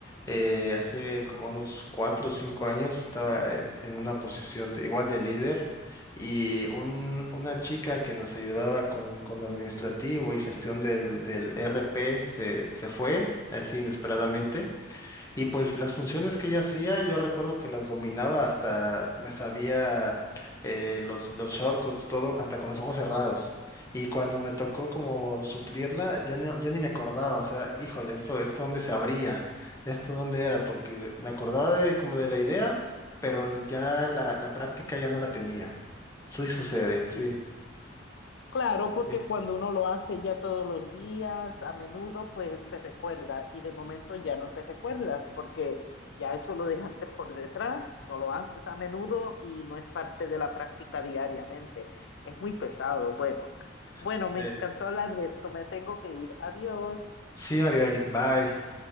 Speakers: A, on the left; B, on the left.
A: eh, hace como unos cuatro o cinco años, estaba en, en una posición de- igual de líder y un, una chica que nos ayudaba con, con lo administrativo y gestión del, del RP se, se fue así inesperadamente y pues las funciones que ella hacía, yo recuerdo que las dominaba hasta, me sabía eh, los, los shortcuts, todo, hasta con los ojos cerrados. Y cuando me tocó como suplirla, ya, no, ya ni me acordaba, o sea, híjole, esto, esto dónde se abría, esto dónde era, porque me acordaba de como de la idea, pero ya la, la práctica ya no la tenía. Sí sucede, sí.
B: Sí. Claro, porque
A: Sí,
B: cuando uno lo hace ya todos los días, a menudo, pues se recuerda y de momento ya no te recuerdas porque ya eso lo dejaste por detrás, no lo haces a menudo y no es parte de la práctica diariamente. Es muy pesado. Bueno, bueno,
A: sí.
B: me encantó hablar de esto. Me tengo que ir. Adiós.
A: Sí, Maribel, bye.